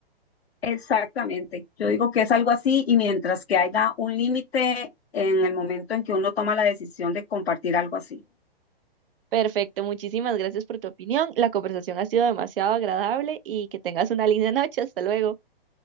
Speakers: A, on the left (about 80°); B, on the right (about 65°).
A: Exactamente. Yo digo que es algo así y mientras que haya un límite en el momento en que uno toma la decisión de compartir algo así.
B: Perfecto, muchísimas gracias por tu opinión. La conversación ha sido demasiado agradable y que tengas una linda noche. Hasta luego.